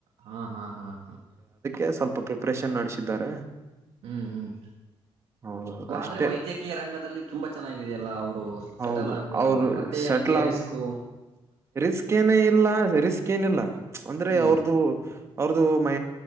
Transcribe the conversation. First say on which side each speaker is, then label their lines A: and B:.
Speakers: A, on the right; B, on the right.
A: ಹಾ ಹಾ ಹಾ ಹಾ
B: ಎ ಸ್ವಲ್ಪ ಪ್ರಿಪ್ರೇಷನ್ ನಡೆಸಿದ್ದಾರೆ
A: ಹ್ಮ್ ಹ್ಮ್
B: ಹೌದೌದು ಅಷ್ಟೇ
A: ಆದ್ರೆ ವೈದ್ಯಕೀಯ ರಂಗದಲ್ಲಿ ತುಂಬಾ ಚೆನಾಗಿದೀವಿ ಎಲ್ಲ ಅವರ್ ಸೆಟಲ್
B: ಹೌದು
A: ಆಗ್ಬೋದಲ್ಲ
B: ಅವರು
A: ಮತ್ತೆ
B: ಸೆಟ್ಲ್
A: ಏನಕ್ಕೆ
B: ಆಗ
A: ರಿಸ್ಕು
B: ರಿಸ್ಕ್ ಏನೂ ಇಲ್ಲ ರಿಸ್ಕ್ ಏನಿಲ್ಲ ಅಂದ್ರೆ
A: ಹ್ಮ್
B: ಅವ್ರ್ದು ಅವ್ರ್ದು ಮ